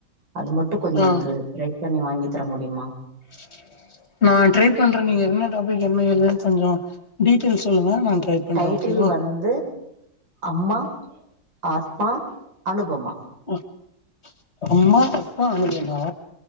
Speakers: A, on the right (about 90°); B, on the left (about 35°).
A: அது மட்டும் கொஞ்சம் எனக்கு
B: ஆ
A: ட்ரை பண்ணி வாங்கி தர முடியுமா
B: <unintelligible> நா ட்ரை பண்றேன் நீங்க என்ன டாப்பிக் என்ன ஏதுன்னு கொஞ்சொ டீடைல் சொல்லுங்க நா ட்ரை பண்றே
A: டைட்டில்
B: ஓகேவா
A: வந்து அம்மா ஆத்மா அனுபமா
B: ம் அம்மா அப்பா அனுபதா